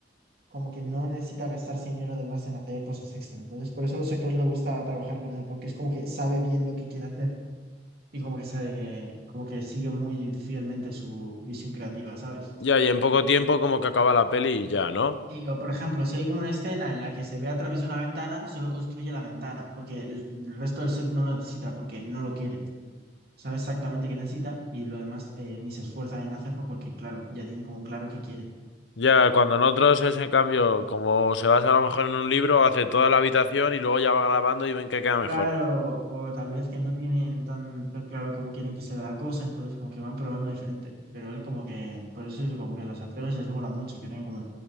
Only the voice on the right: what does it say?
como que no necesita gastarse dinero de más en hacer cosas extra. Entonces, por eso a los actores les gusta trabajar con él, porque es como que sabe bien lo que quiere hacer y como que sabe, como que sigue muy fielmente su visión creativa, ¿sabes?
Sí, o por ejemplo, si hay como una escena en la que se ve a través de una ventana, solo construye la ventana, porque el, el resto del set no lo necesita, porque no lo quiere. Sabe exactamente qué necesita y lo demás eh, ni se esfuerza en hacerlo porque, claro, ya tienen como claro qué quiere.
Claro,
o tal vez que no tienen tan, tan claro cómo quieren que sea la cosa, entonces como que van probando diferente. Pero él como que, por eso es como que a los actores les mola mucho que tengan como